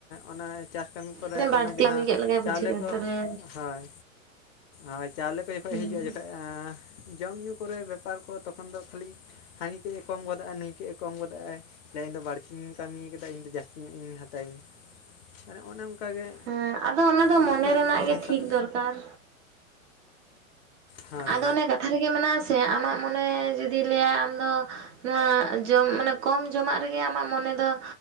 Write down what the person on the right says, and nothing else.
ᱦᱩᱸ ᱵᱟᱹᱲᱛᱤ
ᱠᱟᱹᱢᱤ ᱠᱮᱫ ᱞᱮᱠᱟᱭ ᱵᱩᱡᱷᱟᱹᱜᱼᱟ
ᱛᱟᱦᱚᱞᱮ
ᱦᱩᱸ
ᱦᱮᱸ ᱟᱫᱚ ᱚᱱᱟ ᱫᱚ
ᱢᱚᱱᱮ
ᱨᱮᱱᱟᱜ
ᱜᱮ
ᱴᱷᱤᱠ ᱫᱚᱨᱠᱟᱨ
ᱟᱫᱚ ᱚᱱᱮ ᱠᱟᱛᱷᱟ ᱨᱮᱜᱮ ᱢᱮᱱᱟᱜᱼᱟ ᱥᱮ ᱟᱢᱟᱜ ᱢᱚᱱᱮ ᱡᱩᱫᱤ ᱞᱟᱹᱭᱼᱟ ᱟᱢᱫᱚ ᱱᱚᱶᱟ ᱡᱚᱢ ᱢᱟᱱᱮ ᱠᱚᱢ ᱡᱚᱢᱟᱜ ᱨᱮᱜᱮ ᱟᱢᱟᱜ ᱢᱚᱱᱮ ᱫᱚ